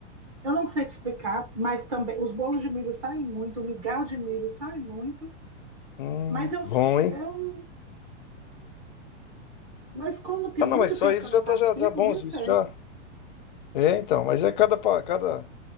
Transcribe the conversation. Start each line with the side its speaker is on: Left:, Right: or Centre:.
Right: Eu não sei te explicar, mas também os bolos de milho saem muito, o migal de milho sai muito,
Left: Hum,
Right: mas eu,
Left: bom, hein?
Right: eu mas como tem
Left: Ah,
Right: muito
Left: não, mas só
Right: tempo
Left: isso
Right: que eu
Left: já
Right: não
Left: tá
Right: participo,
Left: já, já bons,
Right: nem sei.
Left: isso já. É, então, mas é cada, pa- cada,